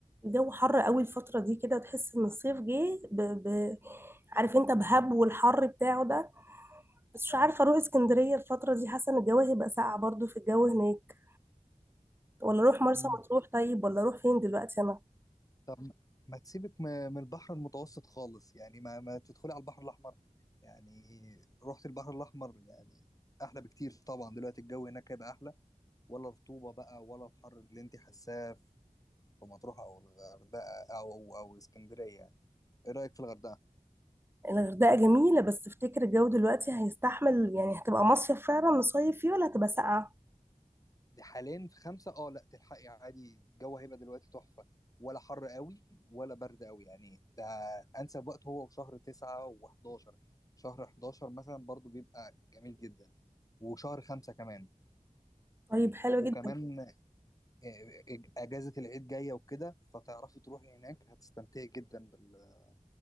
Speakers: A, on the right; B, on the left.
A: الجو حر قوي الفترة دي كده تحس ان الصيف جه ب... ب... عارف انت بهب والحر بتاعه ده بس مش عارفة اروح اسكندرية الفترة دي حاسة ان الجو هيبقى ساقع برضو في الجو هناك ولا اروح مرسى
B: مم.
A: مطروح طيب ولا اروح فين دلوقتي انا
B: طب ما تسيبك م- من البحر المتوسط خالص يعني ما ما تدخلي على البحر الأحمر يعني رحت البحر الأحمر يعني أحلى بكتير طبعا دلوقتي الجو هناك هيبقى أحلى ولا رطوبة بقى ولا الحر اللي أنت حاساه في مطروح أو الغردقة أو أو أو اسكندرية يعني إيه رأيك في الغردقة؟
A: الغردقة جميلة بس تفتكر الجو دلوقتي هيستحمل يعني هتبقى مصيف فعلا نصيف فيه ولا هتبقى ساقعة
B: دي حاليا في خمسة اه لا تلحقي عادي الجو هيبقى دلوقتي تحفة ولا حر قوي ولا برد قوي يعني ده أنسب وقت هو في شهر تسعة و11 شهر 11 مثلا برضو بيبقى جميل جدا وشهر خمسة كمان
A: طيب حلو
B: وكمان
A: جدا
B: آه، آه، أجازة العيد جاية وكده فتعرفي تروحي هناك هتستمتعي جدا بال-